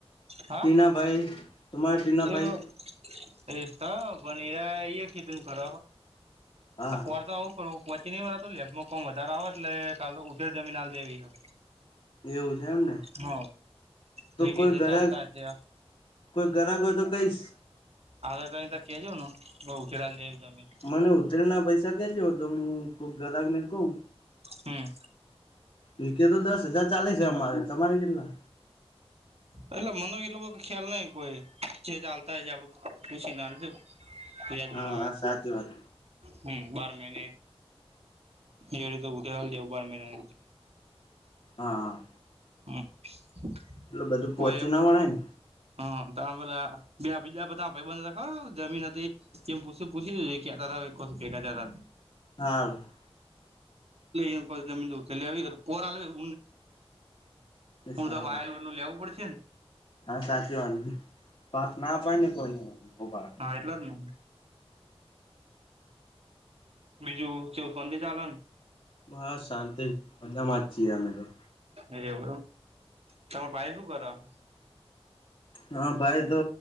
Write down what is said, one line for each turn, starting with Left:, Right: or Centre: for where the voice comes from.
Right: હાં
Left: ટીનાભાઈ તમારે ટીનાભાઈ
Right: એવું એ તો બનેરાએ ખેતીનું કર
Left: હા
Right: પહરચતા
Left: હા
Right: આવું કરવું પહોચી ન વાર લેબમાંમ વધારે આવે એટલે કાલ તો ઉધર જમીન હાલ જેવી હ
Left: એવું છે એમને
Right: હ
Left: તો
Right: થઈ
Left: કોઈ
Right: ગ છે
Left: ઘરા
Right: ચાલતા હશે
Left: કોઈ ઘરાક હોઇશ કઈશ
Right: આધ ટ ત કેજ ન ઉછરા લેવીજમીન
Left: મને ઉતરી ના પૈસા કેજ્યો તો હું કોઈક ગરાકને કહું
Right: હમ
Left: રકે તો દસ હજાર ચાલે છે અમારે તમારે કેટલા
Right: એટલે મનો એ લોકો ખ્યાલ નઈ કોઈ જે ચાલતા હોય છે આપડું પુછી ના વ્યાજબી
Left: હા
Right: ભાવે
Left: હા સાચી વાત
Right: હમ બાર મહિને એ રી તો ઉધાર જવું બાર મહિના
Left: હા હા
Right: હમ <unintelligible>
Left: એટલે બધું પહોંચી
Right: કોઈ એવું
Left: ના વળે ને
Right: હા ત ભેલા બ બીજા ભાઈબંધ રખાવ છ જમીન હતી એછ પૂછી દ કે ક્યા દા ક ફેગા
Left: હા <inaudible>
Right: એ કોઈ જમીન દ લ આવી પોરાનહી હું
Left: સારું
Right: તો વાયલ વું લેવું પડશે ને
Left: હા સાચી વાત પાક ના અપાય ને કોઈ પાક
Right: હા એટલા જ ને મી જો ચવથનંદ ચાલ
Left: બસ શાંતિ બદામાંી મેો
Right: એવ તમે પફું કર <unintelligible>
Left: હા ભાઈ તો